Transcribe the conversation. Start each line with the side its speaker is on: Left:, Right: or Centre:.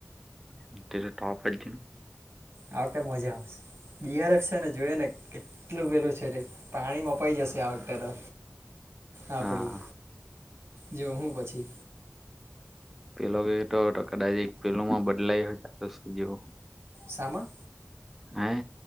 Centre: <unintelligible>
Right: આવતે મજા. બિયારક છે, ને જોઈએ ને કેટલું પેલું છે, તે પાણીમાંપાઈ જશે આ વખતે તો. આપડું
Centre: હા
Right: જો હું પછી.
Centre: પેલો કે તો કદાચ પેલું માં બદલાય હોય <unintelligible> જેવું.
Right: શમા.
Centre: હં